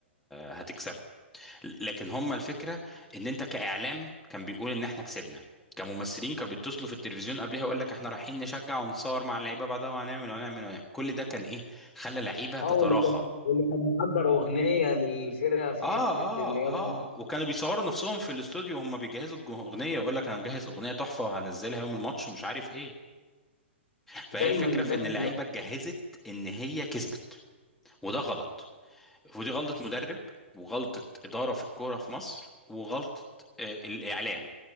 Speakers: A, in the centre; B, on the left (about 65°).
A: هتكسبوا لكن هم الفكره ان انت كاعلام كان بيقول ان احنا كسبنا كممثلين كانوا بيتصلوا في التلفزيون قبلها يقول لك احنا رايحين نشجع ونتصور مع اللعيبه بعدها وهنعمل وهنعمل وهنعمل كل ده كان ايه خلى لعيبه
B: اه
A: تتراخى
B: واللي كان واللي كان محضر اغنيه للفرقه في
A: اه
B: حته
A: اه
B: ان يلا
A: اه وكانوا بيصوروا نفسهم في الاستوديو وهم بيجهزوا الج- الاغنيه يقول لك انا مجهز اغنيه تحفه وهنزلها يوم الماتش ومش عارف ايه فهي
B: دايما
A: الفكره في
B: دايما
A: ان اللعيبه اتجهزت ان هي كسبت وده غلط ودي غلطة مدرب وغلطة إدارة في الكورة في مصر وغلطة آه، الإعلام